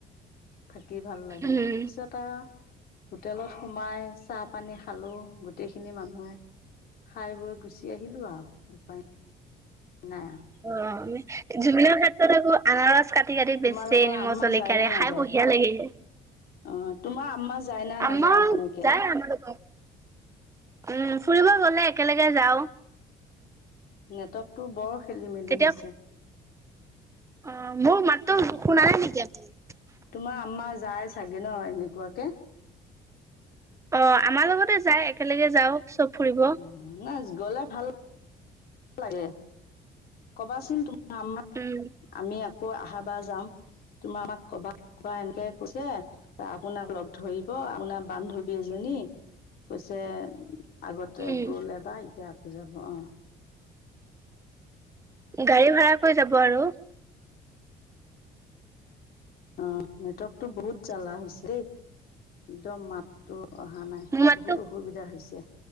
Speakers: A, on the left (about 65°); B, on the right (about 15°).
A: থাকি ভাল <unintelligible> পিছত
B: উম
A: আৰু হোটেলত সোমাই চাহ, পানী খালোঁ গোটেইখিনি মানুহে, খাই বৈ, গুচি আহিলোঁ আৰু উপায় নাই আৰু
B: অ', জুবিনৰ ক্ষে <unintelligible> আনাৰস কাট কাটি, কাটি
A: তোমালোকৰ
B: বেচে নিমখ
A: আম্মা
B: জলকীয়াৰে
A: যায় নে নাযায়
B: খায় বঢ়িয়া লাগে।
A: অ তোমাৰ আম্মা যায় না
B: আম্মা
A: নাযায় এনেকে
B: যায় আমাৰ লগত উম, ফুৰিব গ'লে একেলগে যাওঁ।
A: নেটৱৰ্কটো বৰ খেলি মেলি
B: তেতিয়া
A: হৈছে।
B: অ', মোৰ মাততো শুনা নাই নেকি আপুনি?
A: তোমাৰ আম্মা যায় চাগে ন' এনেকুৱাকে।
B: অ', আমাৰ লগতে যায় এক কেলগে যাওঁ, চব ফুৰিব।
A: অ নাই গ'লে ভাল লাগে, কবাচোন তুম আম্মাক,
B: উম
A: আমি কয় আহাবাৰ যাম, তোমাৰ আম্মাক কবা <unintelligible> এনেকে কৈছে, আপোনাক লগ ধৰিব, আপোনাৰ বান্ধৱী এজনী, কৈছে আগতে
B: উম
A: গ'ল এবাৰ, এতিয়া আক যাব অ'।
B: গাড়ী ভাড়া কৰি যাব আৰু?
A: অ, নেটৱৰ্কটো বহুত জ্বালা হৈছে দেই, একদম মাতটো অহা নাই,
B: মোৰ মাততো
A: বহুত অসুবিধা হৈছে।